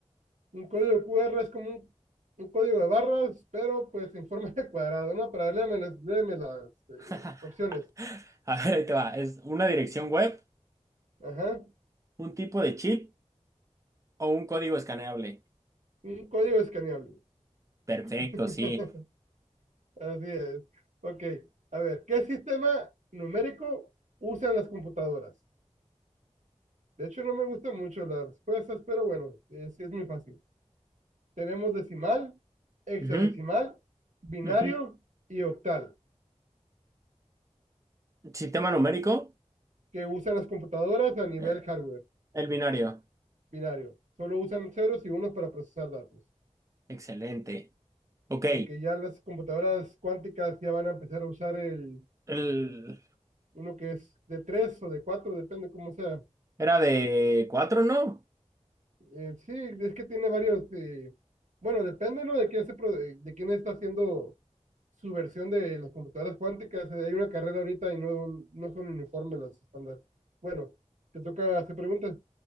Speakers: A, on the right (about 75°); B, on the right (about 25°).
A: un código QR es como un, un código de barras, pero pues en forma de cuadrado, ¿no? Pero a ver, léeme las, léeme las eh,
B: <laughs>
A: opciones.
B: A ver, ahí te va. Es una dirección web,
A: Ajá.
B: un tipo de chip o un código escaneable.
A: Un código escaneable.
B: Perfecto,
A: <laughs>
B: sí.
A: Así es. Ok. A ver, ¿qué sistema numérico usan las computadoras? De hecho, no me gustan mucho las respuestas, pero bueno, es, es muy fácil. Tenemos decimal, hexadecimal,
B: Ujú,
A: binario
B: ujú.
A: y octal,
B: Sistema numérico,
A: que usan las computadoras a nivel
B: eh,
A: hardware,
B: el binario.
A: binario. Solo usan ceros y unos para procesar datos.
B: Excelente. Ok.
A: aunque ya las computadoras cuánticas ya van a empezar a usar el,
B: El-
A: uno que es de 3 o de 4 depende cómo sea.
B: Era de cuatro, ¿no?
A: Eh, sí, es que tiene varios, eh, bueno, depende, ¿no? De quién, se, pro- de de quién está haciendo su versión de las computadoras cuánticas. Eh, Hay una carrera ahorita y no, no son uniformes las estándar. Bueno, te toca hacer preguntas.